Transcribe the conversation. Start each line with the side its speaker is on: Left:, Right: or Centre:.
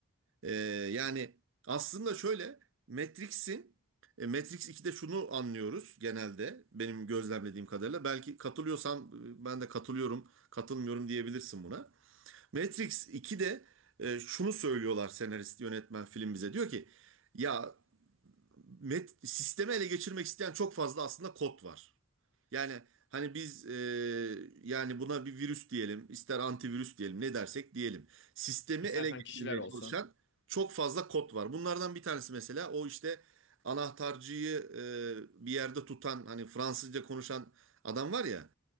Right: E, yani aslında şöyle Matrix'in e, Matrix 2'de şunu anlıyoruz genelde benim gözlemlediğim kadarıyla. Belki katılıyorsan e, ben de katılıyorum, katılmıyorum diyebilirsin buna. Matrix 2'de e, şunu söylüyorlar senarist yönetmen film bize. Diyor ki ya met, sistemi ele geçirmek isteyen çok fazla aslında kod var. Yani hani biz e, yani buna bir virüs diyelim, ister antivirüs diyelim, ne dersek diyelim. Sistemi
Left: İstersen
Right: ele geçirmeye
Left: kişiler olsun.
Right: çalışan çok fazla kod var. Bunlardan bir tanesi mesela o işte anahtarcıyı e, bir yerde tutan hani Fransızca konuşan adam var ya.